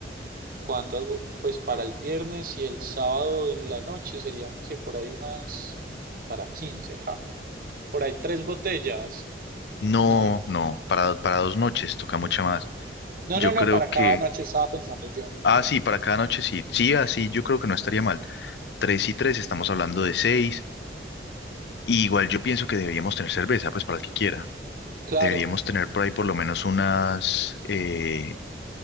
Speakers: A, on the right; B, on the left.
A: cuántas, bo- pues para el viernes y el sábado en la noche serían que por ahí unas, para 15 ja, por ahí tres botellas.
B: No,
A: No,
B: no, para, para dos noches toca mucha más.
A: no,
B: Yo
A: no, no,
B: creo
A: para
B: que,
A: cada noche estaba pensando yo.
B: ah, sí, para cada noche sí, sí, así, yo creo que no estaría mal. Tres y tres, estamos hablando de seis, y igual yo pienso que deberíamos tener cerveza, pues para el que quiera.
A: Claro,
B: Deberíamos tener por ahí por lo menos unas eh,